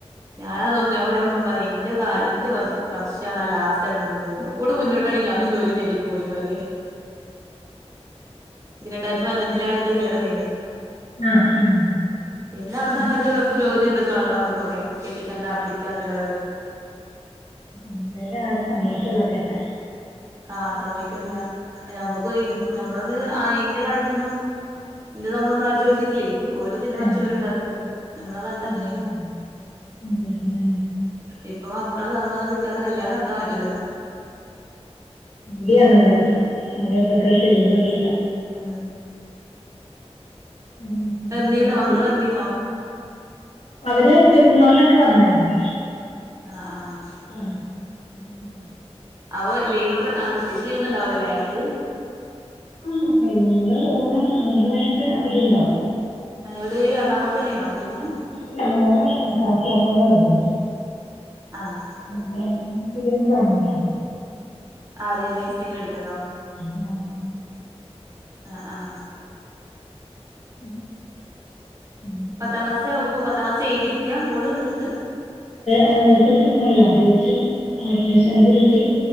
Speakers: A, on the right; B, on the left.
A: ഞാനാ തോന്നുന്നു അവടെ എപ്പഴും പറയും എന്റെ കാല് എന്റെ വർ വർ ഞാന ലാസ്റ്റ് നിന്നത് ഒന്ന് കൂടി മുന്നോട്ട് ഞാനും ജോലി നേടി പോയി എന്ന് പറീം രണ്ടായിരത്തി പതിനൊന്നിലാണ് ന്റെ കല്യാണം കഴിഞ്ഞെ
B: ആഹ് ആഹ്
A: പിന്നെ അവിടുന്ന്
B: അത്
A: അങ്ങട്ട്
B: ശരി
A: പുരോഗതി വന്ന്ക്കാണല്ലോങ്ങക്കൊക്കെ കെട്ടിക്കണ്ട പിഠിക്കാ ഇന്ന ലവലാ
B: അന്നേരം ആരും സമ്മതിക്കല്ലോ കേട്ടാൻ
A: ആഹ് സമ്മയ്ക്ക്ണില്ല നമ്മുക്ക് നമ്മളൊന്ന് ആ ഇന്റെ കാലത്തൊന്നും ഇന്റെ സംഭവംന്ന ആരും ചോയ്ച്ചിട്ടില്ലേ ഓലും തീരുമാനിച്ചു
B: ആഹ്
A: ഉണ്ടാക്കല്ലേ നമ്മള കാലത്ത്
B: അതെ
A: എങ്ങനെയാണ്
B: അതെ ഉം, പിന്നെ
A: ഇപ്പൊ മക്കളെ സമ്മതം കിട്ടാ കല്യാണം പറ്റില്ലല്ലോ
B: ടിയാണ്
A: ഉം
B: എല്ലാവർക്കും അവിടെ എന്തൊക്കെയ ചെയ്യൂന്നറിയില്ല
A: ഉ
B: ഉം, കാലം
A: എന്നീന്നോ
B: മാറിപ്പോയി
A: മക്കള് വന്നീനൊ
B: അവര് പെരുന്നൾനൊക്കെ വന്നായിരുന്നു
A: ആഹ് ആഹ്
B: ആഹ് ഉം
A: അപ്പ ലീവ് പ്രത്യേകിച്ച് ലീവ് ഒന്നും ഉണ്ടാവൂലലേ ഓൽക്
B: അല്ല പെരുന്നാൾ ഓണം അങ്ങനെയുള്ളതിനൊക്കെ അവധി ണ്ടാവും
A: എവിടെ എറണാകുളത്തന്നെയണോ പഠിക്ക്ണത്
B: ല്ല മോള് കാസർഗോഡ പഠിക്കുന്നെ
A: ആഹ്
B: പിഠിപ്പിക്കുന്നത് ബാംഗ്ലൂര്
A: ആരേല്ലേ നെഴ്സിങ്ങിന് അടിക്കുന്നതോ
B: മോനെ
A: അഹ് ആഹ്.
B: <inaudible>
A: പത്താംക്ലാസ്സ് ഇപ്പോ. പത്താംക്ലാസ്സ് എയ്തി ഇരിക്ക മോള് ചെറ്ത്.
B: ആ റിസൾട്ട് വന്നല്ലൊ തെയിച്ചു. അഡ്മിഷൻ അത് കിട്ടി.